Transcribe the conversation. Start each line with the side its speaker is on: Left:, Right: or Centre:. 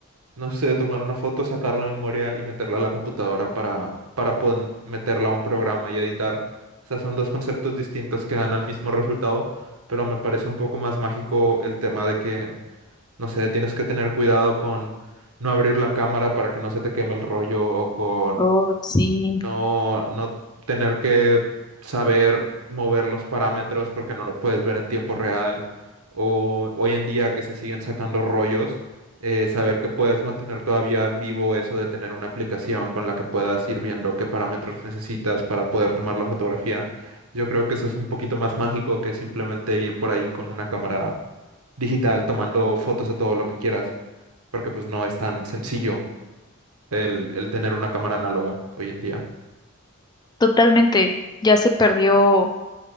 Right: no sé, tomar una foto, sacar la memoria y meterla a la computadora para, para poder meterla a un programa y editar. O sea, son dos conceptos distintos que dan al mismo resultado, pero me parece un poco más mágico el tema de que, no sé, tienes que tener cuidado con no abrir la cámara para que no se te queme el rollo o con
Left: Oh, sí,
Right: no, no tener que saber mover los parámetros porque no lo puedes ver en tiempo real. O hoy en día que se siguen sacando rollos, eh, saber que puedes mantener todavía vivo eso de tener una aplicación con la que puedas ir viendo qué parámetros necesitas para poder tomar la fotografía. Yo creo que eso es un poquito más mágico que simplemente ir por ahí con una cámara digital tomando fotos a todo lo que quieras, porque pues no es tan sencillo el, el tener una cámara análoga hoy en día.
Left: totalmente. Ya se perdió